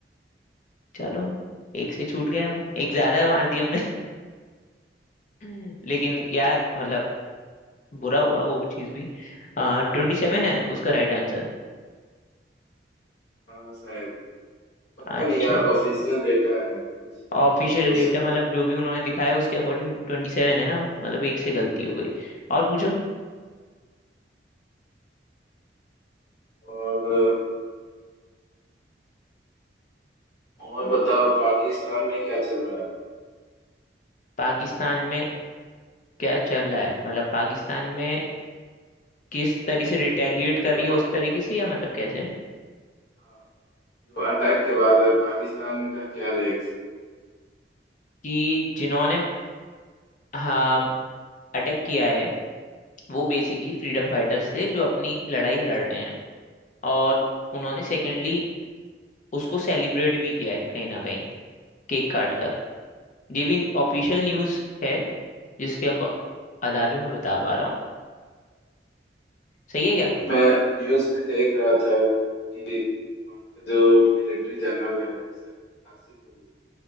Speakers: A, on the left (about 45°); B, on the left (about 70°).
A: चलो एक से छूट गए हम एक ज्यादा मार दिया हमने <laughs> लेकिन यार मतलब बुरा हुआ वो चीज भी ट्वेंटी सेवन है उसका राइट आंसर
B: हाँ शायद पता
A: अच्छा
B: नहीं यार ऑफिशियल डेटा है कुछ
A: ऑफिशियल
B: गलत भी हो
A: डेटा
B: सकता
A: मतलब
B: है
A: जो भी उन्होंने दिखाया उसके अकॉर्डिंग ट्वेंटी सेवन है ना मतलब एक से गलती हो गई और पूछो
B: और और बताओ पाकिस्तान में क्या चल रहा है
A: पाकिस्तान में क्या चल रहा है मतलब पाकिस्तान में किस तरीके से रिटेलिएट
B: मतलब
A: कर रही है उस तरीके से या मतलब कैसे
B: हाँ, जो अटैक के बाद है पाकिस्तान में का क्या रिएक्शन
A: कि जिन्होंने हाँ अटैक किया है वो बेसिकली फ्रीडम फाइटर्स थे जो अपनी लड़ाई लड़ रहे हैं और उन्होंने सेकेंडली उसको सेलिब्रेट भी किया है कहीं ना कहीं केक काट कर ये भी ऑफिशियल न्यूज़ है जिसके अको- अदाबे में बता पा रहा हूँ सही है क्या
B: मैं न्यूज पे देख रहा था कि वहाँ का जो मिलिट्री जनरल है जिसका नाम आसिफ अली